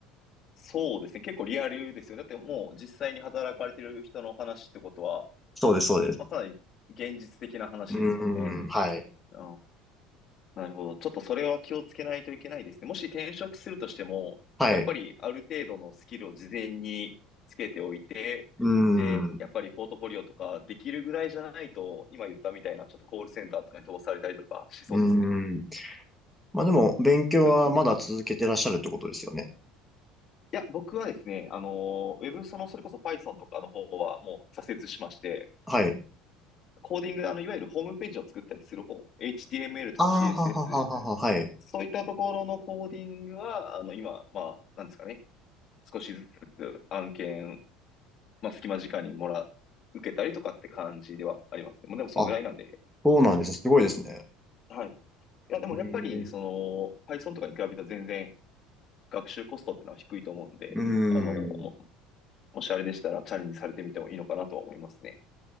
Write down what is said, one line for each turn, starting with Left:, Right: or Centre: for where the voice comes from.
Left: そうですね。結構リアルですよね。だってもう実際に働かれてる人の話ってことは、
Centre: <laughs> そうです、そうです。
Left: まあ、かなり現実的な話ですもんね。
Centre: うーん、はい。
Left: ああ、なるほど。ちょっとそれは気をつけないといけないですね。もし転職するとしても、
Centre: はい。
Left: やっぱりある程度のスキルを事前につけておいて、
Centre: うー
Left: で、
Centre: ん。う
Left: やっぱりポートフォリオとかできるぐらいじゃないと、今言ったみたいなちょっとコールセンターとかに飛ばされたりとかしそうですね。
Centre: ーん。まあでも、勉強はまだ続けてらっしゃるってことですよね。
Left: きょいや、僕はですね、あのー、ウェブ、その、それこそ Python とかの方はもう挫折しまして、
Centre: はい。
Left: コーディング、あの、いわゆるホームページを作ったりする方、HTML とか
Centre: ああ、
Left: CSS
Centre: ははははは、はい。
Left: そういったところのコーディングは、あの、今、まあ、なんですかね。少しずつ案件、まあ、隙間時間にもら、受けたりとかって感じではありますね。もうでも、そんぐらいなんで。
Centre: あ、そうなんです。すごいですね。
Left: はい。いや、でもやっぱり、
Centre: ええ。
Left: その、Python とかに比べたら全然学習コストってのは低いと思うんで、
Centre: うーん。
Left: あの、も、
Centre: い
Left: もしあれでしたらチャレンジされてみてもいいのかなとは思いますね。